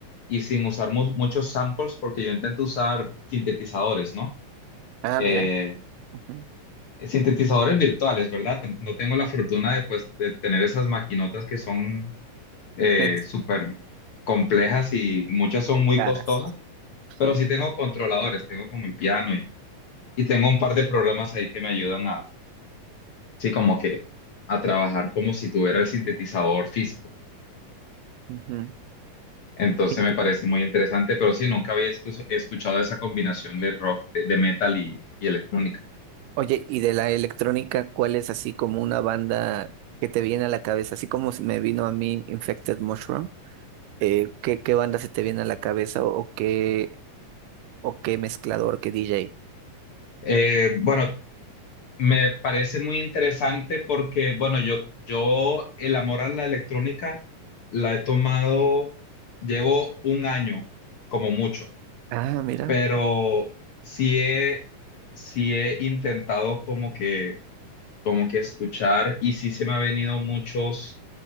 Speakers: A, on the left; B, on the right.
A: y sin usar mu- muchos samples, porque yo intento usar sintetizadores, ¿no?
B: Ah,
A: Eh,
B: mira. Ujú.
A: sintetizadores virtuales, ¿verdad? Tem- No tengo la fortuna de, pues, de tener esas maquinotas que son eh,
B: <laughs>
A: súper complejas y muchas son
B: Y
A: muy
B: caras.
A: costosas Pero
B: Sí.
A: sí tengo controladores, tengo como el piano y, y tengo un par de programas ahí que me ayudan a, sí, como que a trabajar como si tuviera el sintetizador físico.
B: Ujú.
A: Entonces
B: Qué interesante.
A: me parece muy interesante, pero sí, nunca había escu- escuchado esa combinación de rock, de, de metal y, y electrónica.
B: Oye, y de la electrónica, ¿cuál es así como una banda que te viene a la cabeza? Así como me vino a mí Infected Mushroom. Eh, ¿qué, qué banda se te viene a la cabeza o, o qué, o qué mezclador, qué DJ?
A: Eh, bueno, me parece muy interesante porque, bueno, yo, yo el amor a la electrónica la he tomado, llevo un año como mucho
B: Ah, mira,
A: pero sí he, sí he intentado como que, como que escuchar y sí se me ha venido muchos,